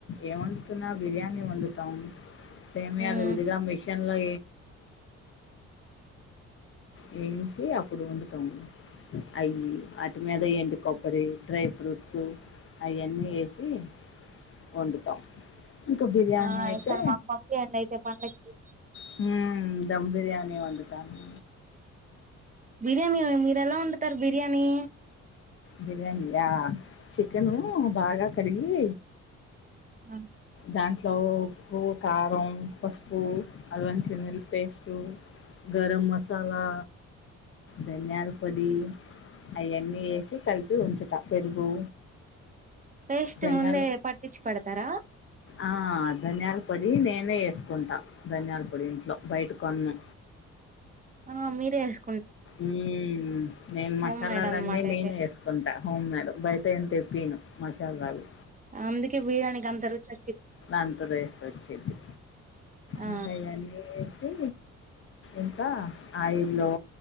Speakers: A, on the left; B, on the right.
A: ఏం వండుతున్నావ్ బిర్యానీి వండు తాను సేమ
B: మ్మ్
A: అల ఇదిగా అ వేంచి అప్పుడు వండుతాం అయి వాటి మీద ఎండు కొబ్బరి డ్రై ఫ్రూట్స్ అయి అన్నీ ఏసి వండుతాం ఇకా బిర్యానీయితే
B: ఆ ఈసారి మాకు పంపియండి అయితే పండక్కి
A: హ దమ్ బిర్యాణి వండుతా అని
B: బిర్యాని మీరు ఎలా వండుతారు బి ఏమీ
A: బిర్యానీ ఆ చికెను బాగా కడిగి
B: ఆ
A: దాంట్లో ఉప్పు కారం పసుపు అల్లం చిన్న ఉల్లి పేస్టు గరం మసాలా ధనియాల పొడి అయన్నీ వేసి కలిపి వుంచుతా పెరుగు
B: పేస్ట్
A: ధనియాల
B: ముందే పట్టించి పెడతారా
A: ఆ ధనియాల పొడి నేనే చేసుకుంటా ధనియాల పొడి ఇంట్లో బయట కొనను
B: ఆ మీరే చేసు
A: ఉమ్ నేను మసాలాలన్నీ
B: హోమ్ మేడ్ అనమాట అయితే
A: నేను చేసుకుంటా అవును మేడం బయట ఏం తెప్పియ్యను మసాలాలు
B: అందుకే బిర్యానికి అంత రుచి అచి
A: అంత టేస్ట్ వచ్చిద్ది
B: ఆ
A: ఇంకాయన్నీ ఏసీ ఇంకా ఆయిల్లో